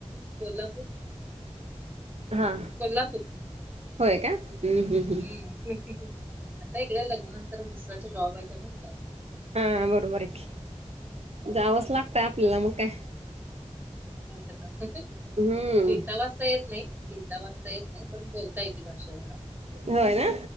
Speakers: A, on the right; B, on the right.
A: कोल्हापूर.
B: हा!
A: कोल्हापूर.
B: होय का. हम्म हम्म
A: हूं आता इकडे लग्ना नंतर मिस्टरांचा जॉब आहे त्यामुळ इकडे आहे.
B: हा बरोबर आहे की, जावंच लागतंय आपल्याला मग काय.
A: काय करणार,
B: हम्म
A: लिहीता वाचता येत नाही. लिहिता वाचता येत नाही, पण बोलता येती भाषा मला.
B: होय ना